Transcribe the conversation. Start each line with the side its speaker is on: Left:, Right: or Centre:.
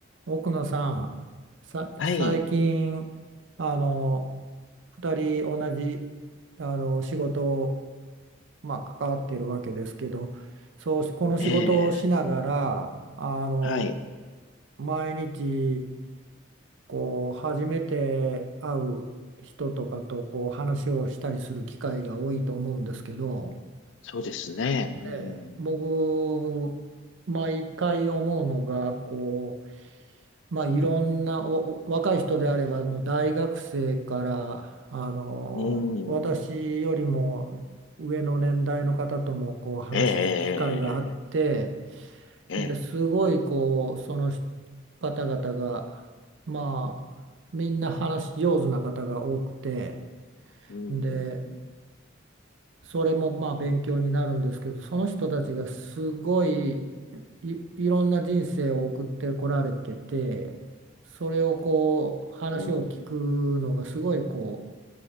Right: 奥野さん、さ、
Left: はい。
Right: 最近、あの、二人同じ、あの、仕事を、まあ、関わっているわけですけど、そう、この仕事をしながら、
Left: ええ、
Right: あの、
Left: はい。
Right: 毎日、こう、初めて会う人とかと、こう、話をしたりする機会が多いと思うんですけど、
Left: そうですね。うん。
Right: ええ僕、毎回思うのが、こう、まあ、いろんなおお若い人であればもう大学生からあの私よりも上の年代の方ともこう話す機会があって
Left: うん。ええ、ええ、
Right: ですごいこうその
Left: ええ。
Right: 方々がまあみんな話し上手な方が多くて
Left: うん、
Right: で
Left: うん、
Right: それもまあ勉強になるんですけどその人たちがすごい、い、いろんな人生を送ってこられててそれをこう話を聞くのがすごいこ
Left: うん。うん。